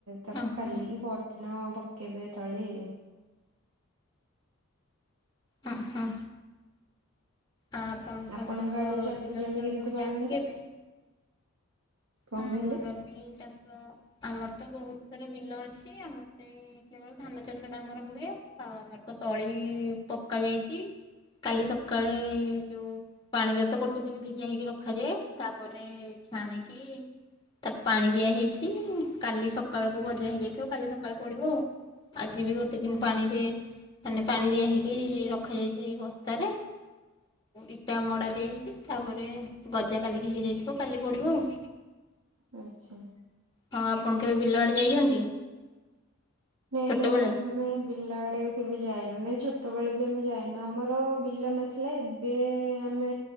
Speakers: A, on the right; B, on the left.
A: ତାକୁ
B: ଓହୋ
A: କାଲିକି ପରଦିନ ପକେଇବେ ତଳେ।
B: ହଁ ହଁ ଆ ଆପଣଙ୍କର
A: ଆପଣଙ୍କ ଆଡେ ଚାଷ
B: ବିଲ
A: ଜମି
B: ଫିଲ
A: କେମିତି
B: ଆପଣ
A: କରନ୍ତି?
B: ଯାଆନ୍ତି କେ ଏବେ?
A: କଣ
B: ହଁ
A: କହିଲେ?
B: ଆମର ବି ଚାଷ ଆମର ତ ବହୁତ ସାରା ବିଲ ଅଛି ଆମର ତ କେବଳ ଧାନ ଚାଷ ଟା ଆମର ହୁଏ ଆଉ ଆମର ତ ତଳି ପକା ଯାଇଛି। କାଲି ସକାଳେ ଯୋଉ ପାଣିରେ ତ ଗୋଟେ ଦିନ ଭିଜା ହେଇକି ରଖାଯାଏ ତାପରେ ଛାଣିକି ତାକୁ ପାଣି ଦିଆ ହେଇଛି କାଲି ସକାଳକୁ ଗଜା ହେଇଯାଇଥିବ କାଲି ସକାଳୁ ପଡିବ ଆଉ। ଆଜି ବି ଗୋଟେ ଦିନ
A: ଆଚ୍ଛା
B: ପାଣିରେ ମାନେ ପାଣି ଦିଆ ହେଇକି ରଖାଯାଇଛି ବସ୍ତାରେ। ଇଟା ମଡା ଦିଆ ହେଇକି ତାପରେ ଗଜା କାଲିକି ହେଇଯାଇଥିବ କାଲି ପଡିବ ଆଉ।
A: ଆଚ୍ଛା
B: ହଁ ଆପଣ କେବେ ବିଲଆଡେ ଯାଇଛନ୍ତି?
A: ନାଇ
B: ଛୋଟବେଳେ?
A: ଆମେ ବି ବିଲ ଆଡେ କେବେ ଯାଇନୁ ନାଇଁ ଛୋଟବେେଳେ ବି ଆମେ ଯାଇନୁ। ଆମର ବିଲ ନଥିଲାବେ ଏବେ ଆମେ